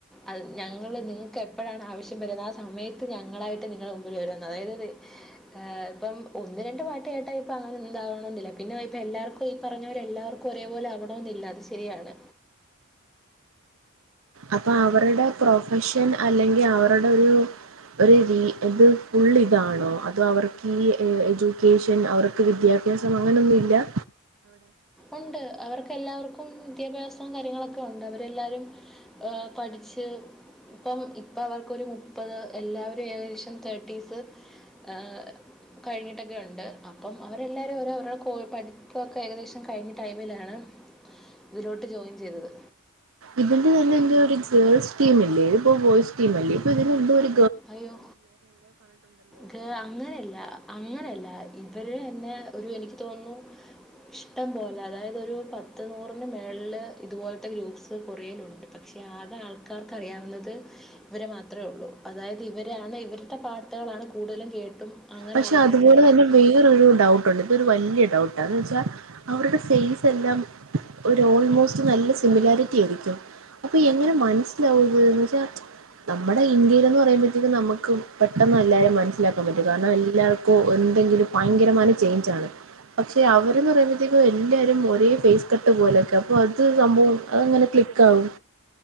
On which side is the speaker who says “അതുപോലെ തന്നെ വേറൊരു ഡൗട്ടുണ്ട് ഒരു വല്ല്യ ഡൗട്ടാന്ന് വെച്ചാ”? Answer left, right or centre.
Right